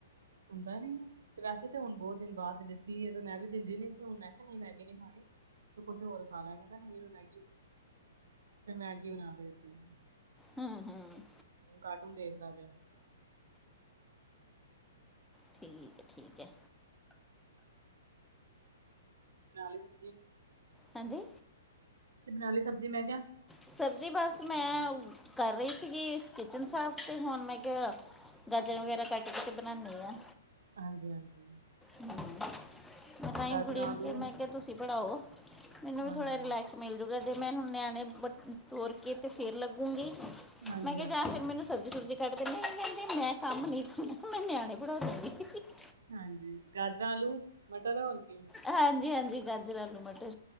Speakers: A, on the right; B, in the centre.
A: ਸੁਣਦਾ ਨੀ ਹੈ? ਤੇ ਵੈਸੇ ਤੇ ਹੁਣ, ਬਹੁਤ ਦਿਨ ਬਾਅਦ ਦਿੱਤੀ ਏ, ਤੇ ਮੈਂ ਵੀ ਦਿੰਦੀ ਨੀ, ਸੀ ਹੁਣ ਮੈਂ ਕਿਹਾ, ਨਹੀਂ ਮੈਗੀ ਨਹੀਂ ਖਾਣੀ। ਤੂੰ ਕੁਛ ਹੋਰ ਖਾ ਲੈ, ਕਹਿੰਦਾ ਨਹੀਂ ਮੈਂ ਮੈਗੀ ਹੀ, <inaudible> ਫੇਰ ਮੈਗੀ ਬਨਾ ਕੇ ਦਿਤੀ।
B: ਹੂੰ- ਹੂੰ।
A: ਹੁਣ, ਕਾਰਟੂਨ ਦੇਖਦਾ ਪਿਆ।
B: ਠੀਕ ਹੈ -ਠੀਕ ਹੈ।
A: ਬਣਾ ਲਈ ਸਬਜ਼ੀ?
B: ਹਾਂਜੀ?
A: ਤੁਸੀਂ ਬਣਾ, ਲਈ ਸਬਜ਼ੀ? ਮੈਂ ਕਿਹਾ
B: ਸਬਜ਼ੀ, ਬਸ ਮੈਂ ਕਰ ਰਹੀ ਸੀਗੀ ਕਿਚਨ ਸਾਫ਼ ਤੇ ਹੁਣ ਮੈਂ ਕਿਹਾ ਗਾਜਰਾਂ ਵਗੈਰਾ, ਕੱਟ ਕੇ ਤੇ ਬਨਾਨੀ ਆ।
A: ਹਾਂਜੀ -ਹਾਂਜੀ।
B: ਹੂੰ <unintelligible> ਮੈਂ ਤਾਂ ਹੀ
A: ਗਾਜਰਾਂ
B: ਕੁੜੀ ਨੂੰ
A: ਆਲੂ
B: ਕਿਹਾ, ਮੈਂ ਕਿਹਾ ਤੁਸੀਂ ਪੜ੍ਹਾਓ। <inaudible> ਮੈਨੂੰ ਵੀ,
A: ਹਾਂਜੀ
B: ਥੋੜਾ ਰਿਲੈਕਸ ਮਿਲ ਜਦੋੰ <unintelligible> ਮੈਂ ਹੁਣ ਨਿਆਣੇ ਬ ਤੋਰ ਕੇ- ਤੇ ਫੇਰ ਲੱਗੂਗੀਂ। <inaudible>
A: ਹਾਂਜੀ
B: ਮੈਂ ਕਿਹਾ,
A: ਹਾਂਜੀ
B: ਜਾ ਫੇਰ ਮੈਨੂੰ ਸਬਜ਼ੀ- ਸੁਬਜ਼ੀ ਕਟ ਦੇ <inaudible> ਕਹਿੰਦੀ ਮੈਂ ਕੰਮ ਨੀ ਕਰਨਾ। ਮੈਂ, ਨਿਆਣੇ ਪੜਾ ਦੂੰਗੀ। <unintelligible>
A: ਹਾਂਜੀ, ਗਾਜਰਾਂ, ਆਲੂ, ਮਟਰ ਹੋਰ ਕੀ?
B: ਹਾਂਜੀ- ਹਾਂਜੀ, ਗਾਜਰ, ਆਲੂ, ਮਟਰ।